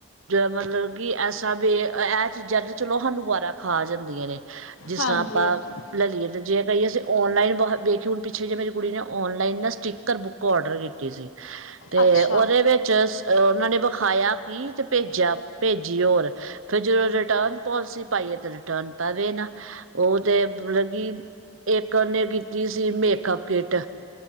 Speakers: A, on the right; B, on the left.
A: ਮਲਬ ਕਿ ਐਸਾ ਬੇ ਐ ਚੀਜ਼ਾਂ ਤੇ ਚਲੋ ਹਾਨੂੰ ਵਾਰਾਂ ਖਾ ਜਾਂਦੀਆਂ ਨੇ। ਜਿਸ
B: ਹਾਂਜੀ
A: ਨਾ ਆਪਾਂ-
B: ਹਾਂਜੀ
A: ਲੈਲੀਏ, ਜੇ ਕਹੀਏ ਅਸੀਂ ਔਨਲਾਈਨ ਵਖ ਵੇਖੀ ਹੁਣ ਪਿੱਛੇ ਜੇ ਮੇਰੀ ਕੁੜੀ ਨੇ ਔਨਲਾਈਨ ਨਾ ਸਟਕਰ ਬੁੱ ਕ ਓਡਰ ਕੀਤੀ ਸੀ ਤੇ
B: ਅੱਛਾ
A: ਓਦੇ ਵਿੱਚ ਓਨਾ ਨੇ ਵਖਾਇਆ ਕੀ ਤੇ ਭੇਜਿਆ ਭੇਜੀ ਓਰ, ਫਿਰ ਜਦੋਂ ਰਿਟਰਨ ਪੋਲਸੀ ਪਾਈ ਏ ਤੇ ਰਿਟਰਨ ਪਵੇ ਨਾ। ਉਹ ਤੇ ਮਤਲਬ ਕਿ ਇੱਕ ਉਹਨੇ ਕੀਤੀ ਸੀ ਮੇਕਅੱਪ ਕਿੱਟ।